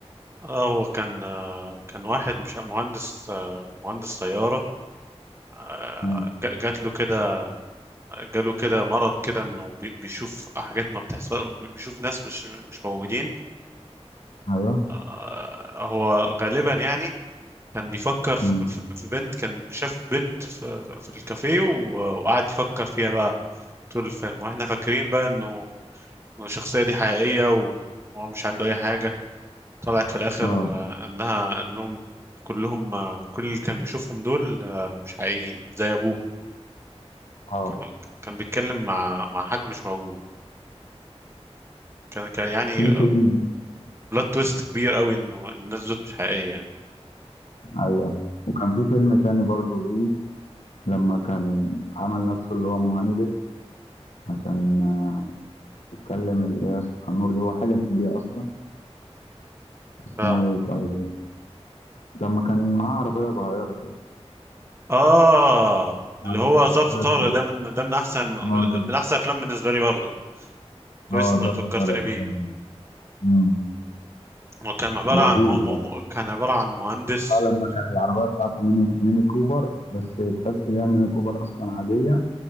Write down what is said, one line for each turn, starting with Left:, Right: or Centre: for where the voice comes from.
Right: آه هو كان آه، كان واحد مش مهندس آه، مهندس طيارة آه،
Left: مم.
Right: ج- جات له كده جاله كده مرض كده انه بي- بيشوف حاجات ما بتحصل بيشوف ناس مش مش موجودين
Left: ايوه
Right: آه، هو غالبا يعني كان بيفكر في
Left: مم.
Right: في- في بنت كان شاف بنت في, في الكافيه و- وقعد يفكر فيها بقى طول الفيلم واحنا فاكرين بقى انه إنه الشخصية دي حقيقية و- وهو مش عنده اي حاجة طلعت في الاخر
Left: اه
Right: آه، انها انهم كلهم آه، كل اللي كان بيشوفهم دول آه، مش حقيقيين زي ابوه
Left: اه
Right: كان كان بيتكلم مع مع حد مش موجود كان كان يعني
Left: في فيلم
Right: بلوت تويست كبير قوي انه الناس دول مش حقيقيه يعني
Left: ايوه وكان في فيلم تاني برضو ليه لما كان عمل نفسه اللي هو مهندس عشان آه، يتكلم اللي هي سبحان النور دي هو حلم بيه أصلا اسمه
Right: اه
Left: إيه طيب لما كان معاه عربية صغيرة كده
Right: اه اللي
Left: عربية
Right: هو ظرف طارق
Left: سوري
Right: ده من ده من احسن
Left: اه ظرف
Right: من احسن افلام بالنسبه لي برضه كويس
Left: اه
Right: انك
Left: ظرف
Right: فكرتني
Left: طارق
Right: بيه
Left: ده حلو أمم،
Right: هو كان عباره
Left: لذيذ
Right: عن مو... مو...
Left: ده
Right: مو- كان عباره عن مهندس
Left: اه لما كان العربية بتاعته ميني ميني كوبر بس تحس إن هي ميني كوبر أصلا عادية